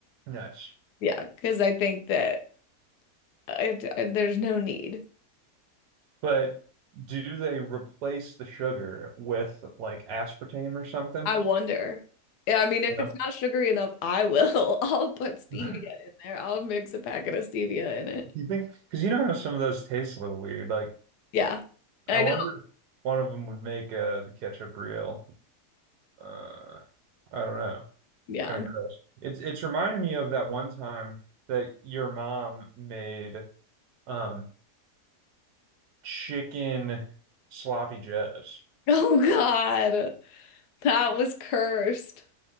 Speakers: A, on the right; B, on the left.
A: Nuts.
B: Yeah, because I think that I d I- there's no need.
A: But do they replace the sugar with like aspartame or something?
B: I wonder. Yeah, I mean, if
A: You know?
B: it's not sugary enough, I will. <laughs> I'll put stevia
A: <laughs>
B: in there. I'll mix a packet of stevia in it.
A: You think? Because you know how some of those taste a little weird. Like,
B: Yeah, I
A: I wonder
B: know.
A: if one of them would make uh, the ketchup real. Uh, I don't know.
B: Yeah.
A: Kind
B: <laughs>
A: of gross. It's it's reminding me of that one time that your mom made. Um, chicken sloppy joes.
B: Oh God. That was cursed.